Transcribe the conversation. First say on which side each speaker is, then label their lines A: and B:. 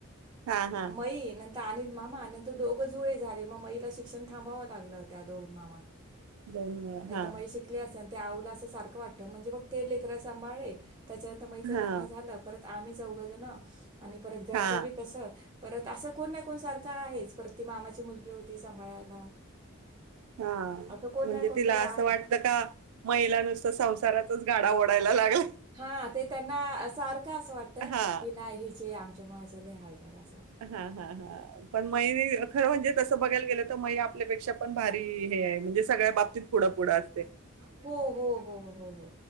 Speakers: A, on the right; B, on the right.
A: हा हा
B: मयी नंतर अनिल मामा नंतर दोघं जुळे झाले मग मईला शिक्षण थांबावं लागलं त्या दोघन मामां
A: दोन मुलं
B: नाही
A: हा
B: तर मग शिकली असेल त्यावला असं सारखं वाटतं म्हणजे मग ते लेकरा सांभाळे त्याच्यानंतर मई च
A: हा
B: लग्न झालं परत आम्ही चौघ जण ना आणि परत घरचं
A: हा
B: बी तस परत असं कोण ना कोण सारखं आहेच परत ती मामाची मुलगी होती सांभाळायला
A: हा
B: असं कोण
A: म्हणजे
B: नाही कोणतरी
A: तिला असं
B: आहे
A: वाटत का महिला नुसत संसारातच गाडा ओढायला लागलाय.
B: हा ते त्यांना सारखं असं वाटत
A: हा
B: की नाही चे आमच्या मुळेच लई हाल झाला.
A: हा हा हा पण मयुरी खरं म्हणजे तसं तसं बघायला गेलं तर मई आपल्यापेक्षा पण भारी हे आहे म्हणजे सगळ्या बाबतीत पुढं पुुढंच
B: हो हो हो हो